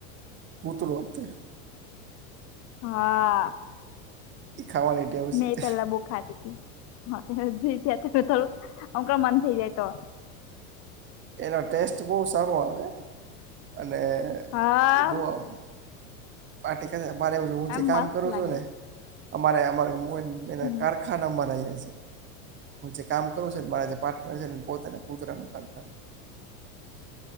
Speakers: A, on the right; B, on the left.
A: હું તો લોક તે
B: હા.
A: ઈ ખાવાની ટેવ છે
B: મે એ પેલા બો ખાતી તી અત્યારે તો જે છે એ થોડુંક મન થઈ જાય તો.
A: એનો ટેસ્ટ બહુ સારો આવે અને
B: હા.
A: એ બહુ આમ પાર્ટી કરે અમારે જોવું
B: એમ
A: છે કામ
B: મસ્ત
A: કરો
B: લાગે
A: છો ને અમારે અમારે મો બે
B: હમ
A: ના કારખાનામાં રહે છે હું જે કામ કરું છું ને મારા જે પાર્ટનર છે ને પોતાને પૂતરાનું કામ ચાલુ